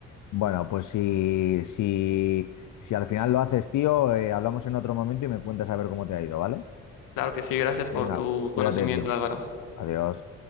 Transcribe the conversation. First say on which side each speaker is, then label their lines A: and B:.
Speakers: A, on the left (about 65°); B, on the left (about 90°).
A: Bueno, pues si, si, si al final lo haces, tío, eh, hablamos en otro momento y me cuentas a ver cómo te ha ido, ¿vale?
B: Claro que sí, gracias
A: Venga,
B: por tu
A: cuídate,
B: conocimiento,
A: tío.
B: Álvaro.
A: Adiós.